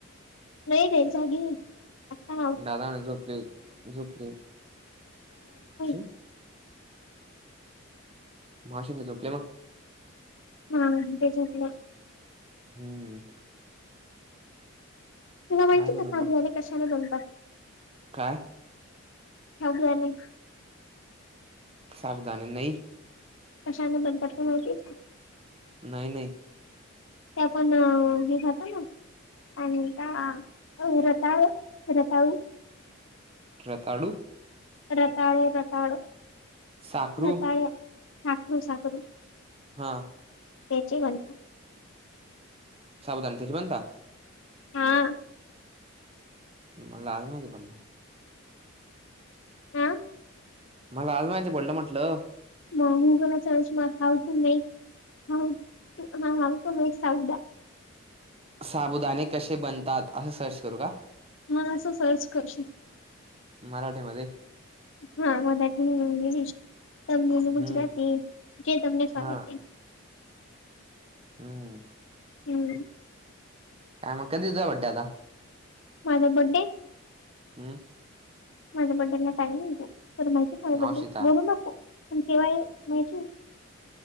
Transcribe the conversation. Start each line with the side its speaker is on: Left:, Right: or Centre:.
Left: नाहीरे जागी आहे.
Right: दादा म्हणे झोपले झोपले हं
Left: <unintelligible>
Right: मघाशी मी झोपलेलो.
Left: होय त्याच्यातले
Right: हम्मं.
Left: तुला माहिती
Right: काय नाही
Left: का साबूदाणे कशाने बनतात?
Right: का?
Left: साबुदाणे.
Right: साबूदाने नाही
Left: कशाने दगदग <unintelligible>
Right: नाही नाही.
Left: ते आपण हे खातो ना, काय म्हणतात रताळे र <unintelligible>
Right: रताळू
Left: रताळं रताळं,
Right: साखरू
Left: रताळ्या साखरू साखरू
Right: हा
Left: <unintelligible>
Right: साबुदाणे त्याचे बनता
Left: होय.
Right: मला आज माहिती पडलं.
Left: हा
Right: मला आज माहिती पडलं म्हटलं.
Left: मग गुगलला सर्च मार how to make, <unintelligible> how to make sabudana?
Right: साबुदाणे कसे बनतात, असं सर्च करू का?
Left: हो असं सर्च करशील.
Right: मराठीमध्ये.
Left: होय मराठी, इंग्लिश, तमिल,
Right: हम्म
Left: गुजराती जे तुला चालेल
Right: हा
Left: ते.
Right: हां
Left: हंम
Right: हा म कधी तुझा बर्थडे आता.
Left: माझा बड्डे.
Right: हंम.
Left: माझ्या बड्डेला टाइम आहे, तर माझा आहे
Right: मावशीचा
Left: बड्डे बोलू नको. पण केव्हा आहे माहीती आहे.